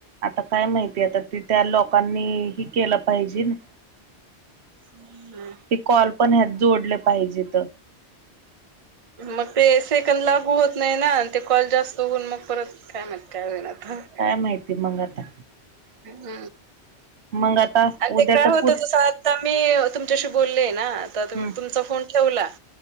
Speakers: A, on the right; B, on the right.
A: आता काय माहितीय आता ती त्या लोकांनी हे केलं पाहिजे ना-
B: हम्म
A: ते कॉल पण ह्यात जोडले पाहिजेत
B: मग ते सेकंद लागू होत नाही ना ते कॉल जास्त होऊन मग परत काय म्हण- काय <unintelligible>
A: काय माहिती मग आता
B: हम्
A: मग आता
B: आणि
A: उद्या
B: ते काय
A: तर
B: होतं
A: पुर
B: तस आत आता मी तुमच्याशी बोललेय ना आता तुमचा
A: हम्म.
B: फोन ठेवला